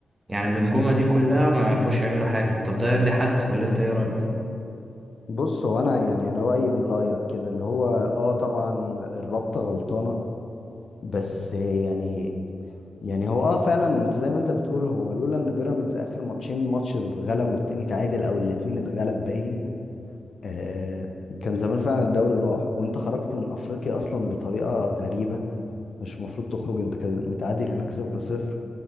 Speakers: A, on the right; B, on the left.
A: يعني بنجومه دي كلها ما يعرفوش يعملوا حاجه طب ده يرضي حد ولا انت ايه رايك
B: بص هو انا يعني انا رأيي من رأيك كده اللي هو اه طبعا الرابطة غلطانة بس يعني يعني هو اه فعلا انت زي ما انت بتقول هو لولا ان بيراميدز اخر ماتشين ماتش اتغلب والتاني اتعادل او الاتنين اتغلب باين آه، كان زمان فعلا الدوري راح وانت خرجت من افريقيا اصلا بطريقه غريبه مش المفروض تخرج انت كز- متعادل هناك صفر صفر